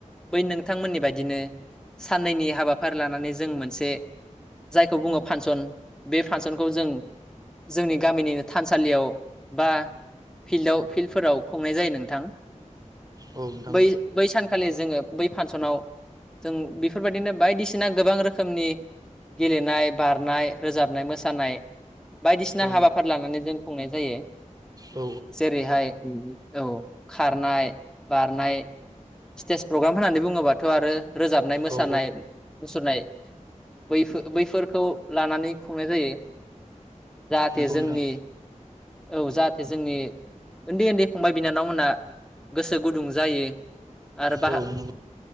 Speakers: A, in the centre; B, on the right (about 30°).
A: बै नोंथांमोननि बायदिनो साननैनि हाबाफारि लानानै जों मोनसे जायखौ बुङो फांसन बे फांसनखौ जों जोंनि गामिनिनो थानसालियाव बा फिल्डआव फिल्डफोराव खुंनाय जायो नोंथां
B: हागोन ना
A: बै
B: औ
A: बै सानखालि जोङो बै फानसनाव जों बेफोरबायदिनो बायदिसिना गोबां रोखोमनि गेलेनाय, बारनाय, रोजाबनाय, मोसानाय, बायदिसिना
B: नोंथां औ
A: हाबाफारि लानानै जों खुंनाय जायो।
B: औ नोंथां औ
A: जेरैहाय औ खारनाय, बारनाय, स्टेज प्रग्राम होननानै बुङोबाथ' आरो रोजाबनाय, मोसानाय
B: औ नोंथां औ औ
A: मुसुरनाय बैफो-बैफोरखौ लानानै खुंनाय जायो। जाहाथे
B: नंगौ
A: जोंनि
B: नोंथां
A: औ जाहाथे जोंनि ओन्दै ओन्दै फंबाय बिनानावमोनहा गोसो गुदुं जायो आरो बाह
B: औ नंगौ